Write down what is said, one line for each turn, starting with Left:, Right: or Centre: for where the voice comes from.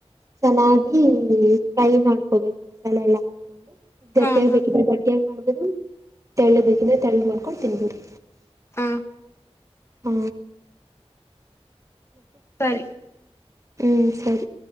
Right: ಚೆನ್ನಾಗಿ ಫ್ರೈ ಮಾಡ್ಕೋಬೇಕು ಮಸಾಲೆ ಎಲ್ಲ ಹಾಕೊಂಡು
Left: ಹಾ
Right: ಗಟ್ಟಿಯಾಗ
Left: ಹಾ
Right: ಬೇಕಿದ್ರೆ ಗಟ್ಟಿಯಾಗ ಮಾಡ್ಬೋದು ತೆಳ್ಳ ಬೇಕಿದ್ರೆ ತೆರಳ್ಳ ಮಾಡ್ಕೊಂಡು ತಿನ್ಬೋದು
Left: ಹ್ಮ
Right: ಹ್ಮ
Left: ಸರಿ
Right: ಹ್ಮಸರಿ